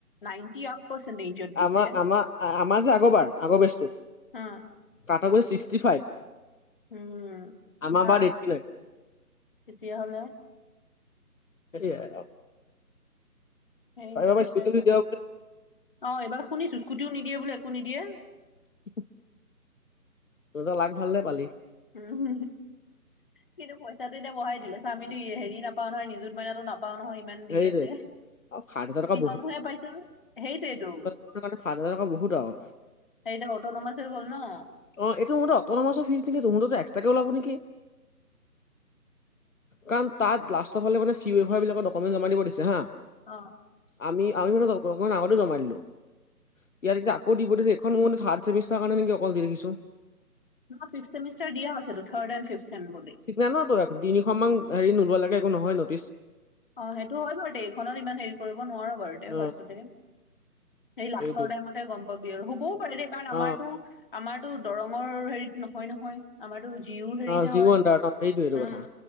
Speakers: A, on the left; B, on the left.
A: নাইনটি আপ পাৰ্চেণ্টজত দিছে।
B: আমাৰ আমাৰ আমাৰ যে আগৰবাৰ, আগৰ বেজটোত
A: আ
B: তাত গুড়ি ছিক্সটি ফাইভ।
A: উম,
B: আমাৰ
A: ভাৱ
B: বাৰত এইটটি নাইন
A: তেতিয়া হলে
B: সেইটোৱে আও।
A: সেই তেনেকাই
B: পৰা স্কুটি বুলি
A: হয়।
B: দিয়া বোলে
A: অ এইবাৰ শুনিছো, স্কুটিও নিদিয়ে বোলে, একো নিদিয়ে
B: <inaudible> তহঁতৰ লাক ভাল দেই পালি।
A: উম কিন্তু পইচাটো এতিয়া বঢ়াই দিলে ছাহ আমিতো হেৰি নাপাওঁ নহয় নিজুত মাইনাটো না পাওঁ নহয় ইমান
B: সেইটোৱে
A: দি আছে
B: আৰু সাত হাজাৰ
A: স্কুটিখনহে
B: টকা
A: পাইছো সেইটোৱেতো
B: সেইটো কাৰণে সাত হাজাৰ টকা বহুত আও
A: হে এতিয়া, অট নমাই থৈ গল নহ
B: অ এইটো মোৰ মতে অট নমাছৰ ফিছখিনি মুঠতে এক্সট্ৰাকে উলাব নেকি কাৰণ তাত লাষ্টফালে মানে ফিৱেভাৰ বিলাকত ডকুমেণ্ট জমা দিব দিছে হাঁ।
A: অঁ।
B: আমি আমি মানে ডকু ডকুমেণ্ট আগতে জমা দিলোঁ। ইয়াত একেটা দেখিছা আকৌ দিব দিছে এইখন মোৰ মানে থাৰ্ড ছেমিষ্টাৰ কাৰণে নেকি অকল? যি দেখিছোঁ।
A: ন' ফিফ ছেমিষ্টাৰ দিয়া আছেটো থাৰ্ড এণ্ড ফিফছেম বুলি।
B: জান তই এক তিনিখন মান হেৰি নোলোৱা লৈকে একো নহয় নটিচ।
A: অহ সেইটো হয় বাৰু দে এইখনত ইমান হেৰি কৰিব নোৱাৰো বাৰু তে
B: অ
A: ফাৰ্ষ্ট তে এই লাষ্টৰ
B: সেইটোৱে
A: টাইমতহে গম পাবি আৰু হ'বও পাৰে দেই কাৰণ
B: অ
A: আমাৰতো আমাৰতো দৰঙৰ হেৰিত নহয় নহয় আমাৰতো জিউও হেৰিতহে
B: অ জিঅ'
A: হয়
B: আণ্ডাৰত অ সেইটোৱে সেইটো
A: উম
B: কথা